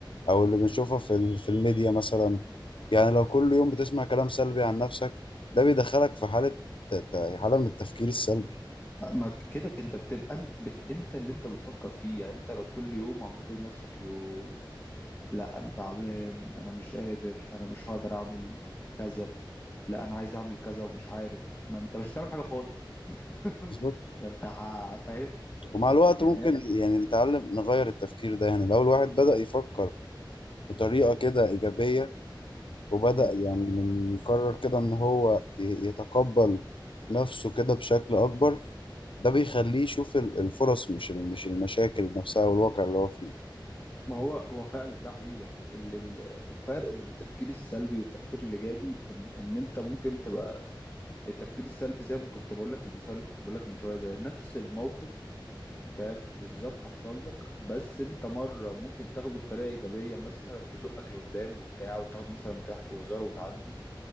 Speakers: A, on the left; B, on the left.
A: أو اللي بنشوفها في ال- في الميديا مثلا يعني لو كل يوم بتسمع كلام سلبي عن نفسك ده بيدخلك في حالة ت- ت- حالة من التفكير السلبي
B: ما كده انت بتبقى انت ب... انت اللي انت بتفكر فيه يعني انت لو كل يوم عم بتقول لنفسك يو لا انا تعبان انا مش قادر انا مش هقدر اعمل كذا لا انا عايز اعمل كذا ومش عارف ما انت مش هتعمل حاجه خالص <laughs>
A: بالظبط
B: ما انت ه- فاهم
A: ومع الوقت
B: يعني
A: ممكن يعني نتعلم نغير التفكير ده يعني لو الواحد بدأ يفكر بطريقة كده إيجابية وبدأ
B: مم.
A: يعني من قرر كده إن هو ي- يتقبل نفسه كده بشكل أكبر ده بيخليه يشوف ال- الفرص مش ال- مش المشاكل نفسها والواقع اللي هو فيه
B: ما هو هو فعلا ده حقيقي يعني ال- ال- الفرق بين التفكير السلبي والتفكير الايجابي ان ان انت ممكن تبقى التفكير السلبي زي ما كنت بقول لك المثال اللي كنت بقول لك من شويه ده نفس الموقف فاهم بالظبط حصل لك بس انت مره ممكن تاخده بطريقه ايجابيه مثلا تزقك لقدام وبتاع وتاخده مثلا بضحك وهزار وتعدي